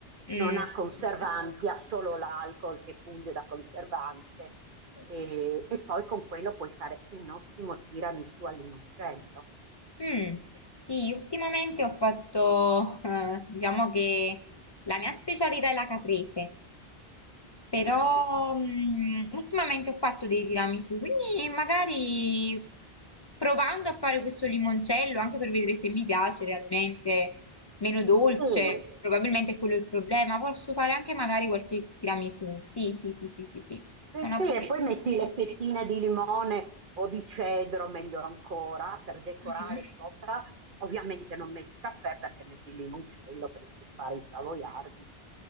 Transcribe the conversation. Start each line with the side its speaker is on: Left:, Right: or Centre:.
Left: mm,
Right: Non ha Chiaro. conservanti,
Left: mm,
Right: ha solo l'alcol che funge da conservante.
Left: mm.
Right: E, e poi con quello puoi fare un ottimo tiramisù al limoncello.
Left: Mm, sì, ultimamente ho fatto, <laughs> eh, diciamo che la mia specialità è la caprese, però
Right: Oh.
Left: mm, ultimamente ho fatto dei tiramisù, quindi magari provando a fare questo limoncello, anche per vedere se mi piace realmente, meno dolce,
Right: Sì.
Left: probabilmente quello è il problema, posso fare anche magari qualche tiramisù, sì, sì, sì, sì, sì, sì,
Right: Sì,
Left: è una
Right: sì,
Left: buona
Right: e
Left: idea.
Right: poi metti le fettine di limone o di cedro, meglio ancora, per decorare
Left: Mhm.
Right: sopra. Ovviamente non metti caffè perché metti il limoncello per inzuppare i savoiardi.